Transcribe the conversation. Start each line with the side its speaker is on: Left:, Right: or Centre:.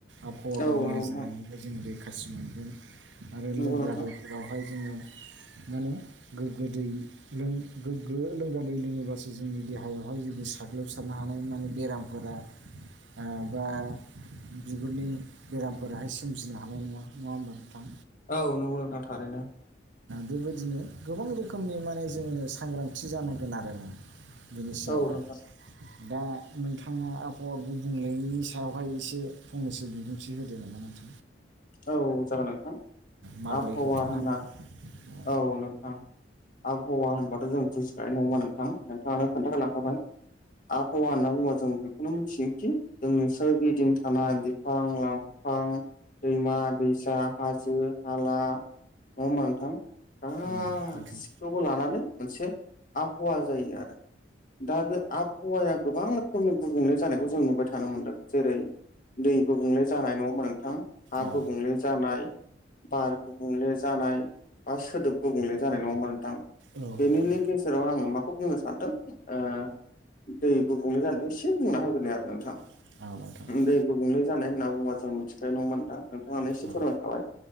Right: आबहावा
Left: औ
Right: गुबुंले
Left: नंगौ नोंथां
Right: जानायनिफ्राय जोंङो रैखाथि मोनगोन आरो
Left: नंगौ
Right: लोंग्रा
Left: नोंथां
Right: दै जेरावहाय जोंङो माने गोगो दै गोगो लोंग्रा दै लोङोबासो जोंनि देहायावहाय जेबो साग्लोबसारनाय हानाय माने बेराम। बा बिगुरनि बेरामफोराहाय सोमजिनो हानाय नंङा, नंङा होमबा नोथां।
Left: औ नोंगौ नोंथां थारैनो।
Right: बेबायदिनो गोबां रोखोमनि मालायजों सांग्रांथि जानांगोन आरो ना? बिनि सायावहाय।
Left: औ नोंथां
Right: दा नोंथाङा आबहावा गुबुंलेनि सायावहाय एसे फंनैसो बिबुंथि होदो नामा नोंथां।
Left: औ जागोन नोंथां
Right: माबोरै
Left: आबहावा होनना।
Right: <inaudible>
Left: औ नोंथां आबहावा होनबाथ' जों बुजिखानाय नङाहोबा नोंथां। नोंथाङा खोन्थाना लाखाबाय आबहावा होना बुंबा जों बेखौनो मिथियोदि। जोंनि सोर गिदिं थानाय बिफां लाइफां। दैमा-दैसा, हाजो-हाला, नंङा होमबा नोंथां। गसिखौबो
Right: उम, नोंथां
Left: लानानै मोनसे आबहावा जायो आरो। दा बे आबहावाया गोबां रोखोमनि गुबुंले जानायखौ जों नुबाय थानो मोनदों जेरै- दै गुबुंले जानाय नंङा होमबा नोंथां। नोंथां हा
Right: औ
Left: गुबुंले जानाय बार गुबुंले जानाय। बा सोदोब गुबुंले जानाय नंङा होमबा नोंथां
Right: नोंथां
Left: बेनिनो गेजे जेराव आंङो माखौ बुंनो सानदों ओ दै गुबुंले जानायखौ एसे बुंना होग्रोनि आरो नोंथां।
Right: <unintelligible>
Left: दै गुबुंले जानाय होनना बुंब्ला जों मिथिखायो नंङा होमबा नोंथां, नोंथांआनो एसे
Right: औ
Left: फोरमाय